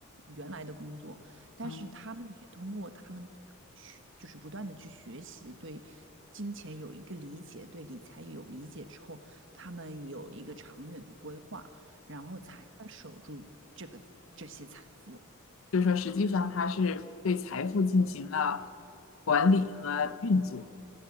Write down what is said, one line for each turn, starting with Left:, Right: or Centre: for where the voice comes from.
Right: 原来的工作，但是他们也通过他们学，
Left: 嗯，
Right: 就是不断的去学习，对金钱有一个理解，对理财有理解之后，他们有一个长远的规划，然后才能守住这个这些财富。
Left: 就是说实际上他是对财富进行了管理和运作。